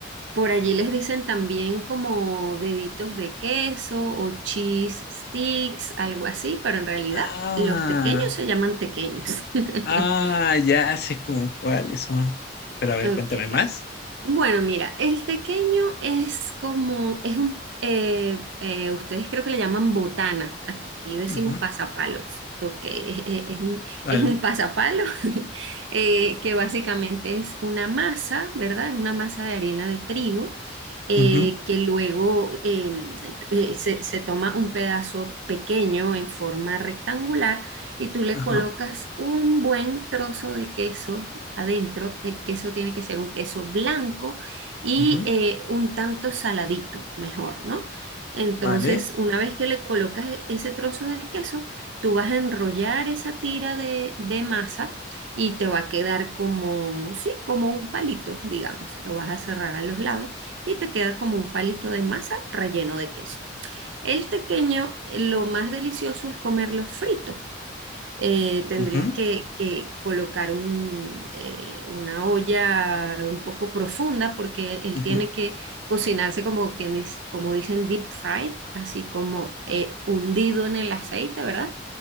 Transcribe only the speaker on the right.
Por allí les dicen también como deditos de queso o cheese sticks, algo así, pero en realidad
los tequeños se llaman tequeños. <laughs>
Ok.
Bueno, mira, el tequeño es como, es un, eh, eh, ustedes creo que le llaman botana, aquí decimos
pasapalos, ok, es, es- es un,
es un pasapalo <laughs> eh, que básicamente es una masa, ¿verdad? Es una masa de harina de trigo eh,
que luego em, eh, se, se toma un pedazo pequeño en forma rectangular y tú le
colocas un buen trozo de queso adentro, el queso tiene que ser un queso blanco y
eh, un tanto saladito, mejor, ¿no? Entonces,
una vez que le colocas e- ese trozo de queso, tú vas a enrollar esa tira de, de masa y te va a quedar como, sí, como un palito, digamos. Lo vas a cerrar a los lados y te queda como un palito de masa relleno de queso. El tequeño, eh, lo más delicioso es comerlo frito eh, tendrías
que, que colocar un, eh, una olla un poco profunda porque él
tiene que cocinarse como, quien dis- como dicen deep fried, así como eh, hundido en el aceite, ¿verdad?